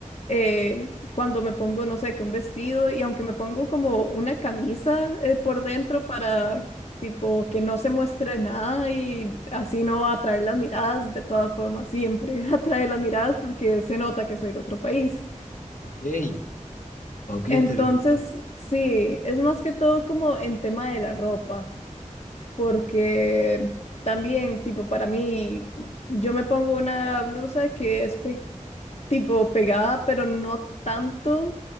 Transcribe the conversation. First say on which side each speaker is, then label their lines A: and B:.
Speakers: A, on the left; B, on the left.
A: eh, cuando me pongo, no sé, que un vestido y aunque me pongo como una camisa eh, por dentro para Tipo, que no se muestre nada y así no va a atraer las miradas, de todas formas, siempre <laughs> atrae las miradas porque se nota que soy de otro país.
B: Ok, ok, ok, interesante.
A: Entonces, sí, es más que todo como en tema de la ropa, porque también, tipo, para mí, yo me pongo una blusa que es pe- tipo pegada, pero no tanto,